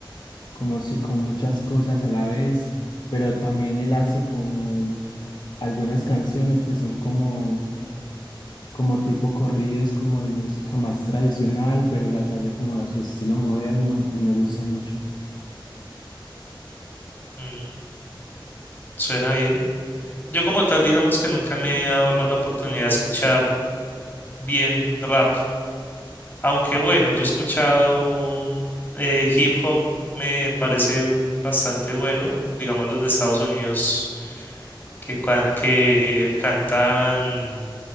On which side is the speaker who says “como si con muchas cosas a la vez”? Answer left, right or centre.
Left